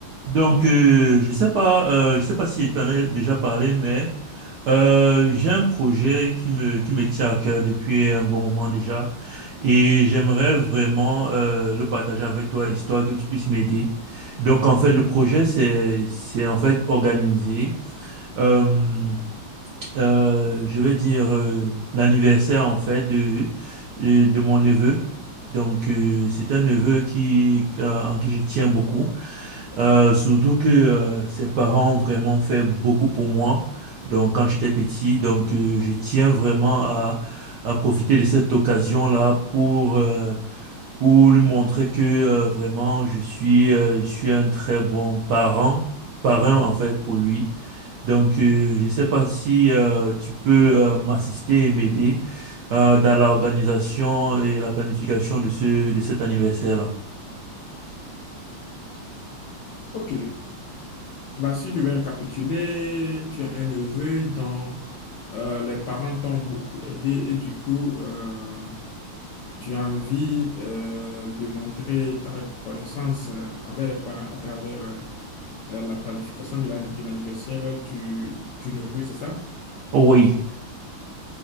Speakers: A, on the right; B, on the left.
A: Donc, euh, je sais pas, euh, je sais pas si je t'en ai déjà parlé, mais euh, j'ai un projet qui me qui me tient à cœur depuis un bon moment déjà, et j'aimerais vraiment euh, le partager avec toi, histoire que tu puisses m'aider. Donc, en fait, le projet c'est c'est en fait organiser, euh, euh, je vais dire euh, l'anniversaire en fait de de de mon neveu. Donc, euh, c'est un neveu qui euh, en qui je tiens beaucoup. Euh, surtout que euh, ses parents ont vraiment fait beaucoup pour moi. Donc quand j'étais petit, donc euh, je tiens vraiment à, à profiter de cette occasion-là pour euh, pour lui montrer que euh, vraiment je suis euh, je suis un très bon parent, parrain en fait pour lui. Donc euh, je sais pas si euh, tu peux euh, m'assister et m'aider euh, dans l'organisation et la planification de ce de cet anniversaire-là.
B: Ok, bah, si je vais récapituler, tu as un neveu dont euh, les parents t'ont beaucoup aidé et du coup, euh, tu as envie euh, de montrer ta reconnaissance euh, envers les parents à travers euh, euh, la planification de la- de l'anniversaire du, du neveu, c'est ça?
A: Oui.